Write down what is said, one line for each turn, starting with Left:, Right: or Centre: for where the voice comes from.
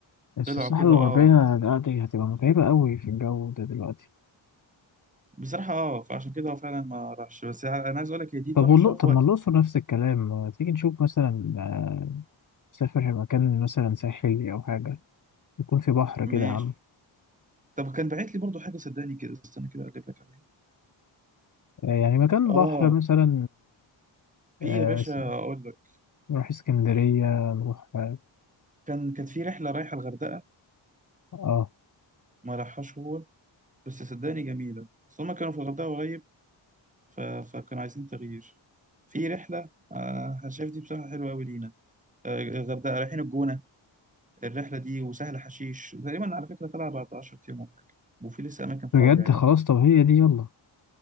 Left: بس
Right: طلعوا
Left: الصحراء
Right: كده
Left: الغربية
Right: اه
Left: لا دي هتبقى متعبة قوي في الجو ده دلوقتي
Right: بصراحة اه فعشان كده هو فعلا ما راحش بس انا عايز اقول لك هي دي تحفة
Left: طب والله
Right: في
Left: طب
Right: وقت
Left: ما الأقصر
Right: تاني
Left: نفس الكلام ما تيجي نشوف مثلا سافر مكان مثلا ساحلي أو حاجة يكون في بحر
Right: ماشي
Left: كده يا عم
Right: طب كان باعت لي برضو حاجة صدقني كده استنى كده اقلب لك عليها
Left: آه يعني مكان
Right: اه
Left: بحر مثلا
Right: في
Left: آه
Right: يا باشا
Left: س-
Right: اقول لك
Left: نروح اسكندرية نروح آه
Right: كان كانت في رحلة رايحة الغردقة
Left: آه،
Right: ما راحهاش هو بس صدقني جميلة بس هما كانوا في الغردقة قريب ف... فكانوا عايزين تغيير في رحلة آه أنا شايف دي بصراحة حلوة أوي لينا آه، الغردقة رايحين الجونة الرحلة دي وسهل حشيش تقريبا على فكرة طلع بعد 10 أيام ولا حاجة وفي لسه أماكن فاضية
Left: بجد
Right: يعني.
Left: خلاص طب هي دي يلا